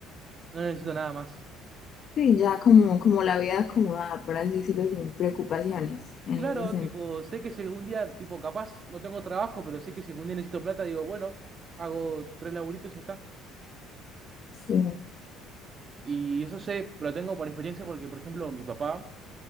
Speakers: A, on the right (about 25°); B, on the left (about 35°).
A: No necesito nada más.
B: Sí, ya como, como la vida acomodada, por así decirlo, sin preocupaciones en
A: Claro,
B: ese sentido.
A: tipo, sé que si algún día, tipo, capaz no tengo trabajo, pero sé que si algún día necesito plata, digo, bueno, hago tres laburitos y ya está.
B: Sí.
A: Y eso sé, pero lo tengo por experiencia porque, por ejemplo, mi papá